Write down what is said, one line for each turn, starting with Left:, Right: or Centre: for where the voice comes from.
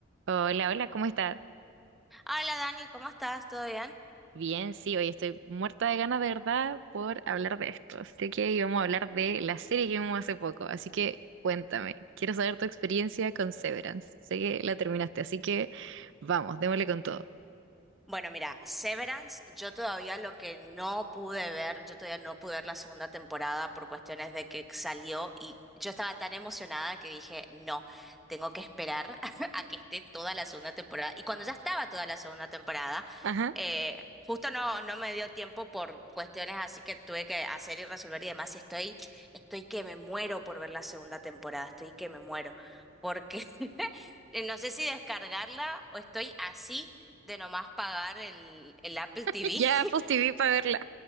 Right: Hola, hola, ¿cómo estás?
Centre: Hola Dani, ¿cómo estás? ¿Todo bien?
Right: Bien, sí, hoy estoy muerta de ganas de verdad por hablar de esto. Así que íbamos a hablar de la serie que vimos hace poco. Así que cuéntame, quiero saber tu experiencia con Severance. Sé que la terminaste, así que vamos, démosle con todo.
Centre: Bueno, mira, Severance, yo todavía lo que no pude ver, yo todavía no pude ver la segunda temporada por cuestiones de que salió y yo estaba tan emocionada que dije, no, tengo que esperar <laughs> a que esté toda la segunda temporada. Y cuando ya estaba toda la segunda temporada,
Right: Ajá,
Centre: eh, justo no, no me dio tiempo por cuestiones así que tuve que hacer y resolver y demás. Y estoy, estoy que me muero por ver la segunda temporada, estoy que me muero. Porque Eh, No sé si descargarla o estoy así de nomás pagar el, el Apple
Right: <laughs>
Centre: TV.
Right: ya Apple TV
Centre: <laughs>
Right: para verla.